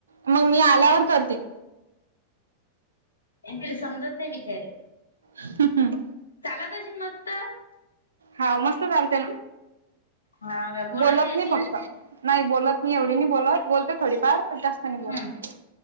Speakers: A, on the right; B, on the left.
A: मग मी आल्यावर करते.
B: तरी समजत नाही बिचारे.
A: ह हम्
B: चालातशील मस्त.
A: हा मस्त चालते
B: हा काय बोलवते
A: बोलत
B: अशी
A: नाही फक्त! नाही बोलत मी एवढी नाही बोलत बोलते थोडीफार पण जास्त. नाही बोलत
B: हम्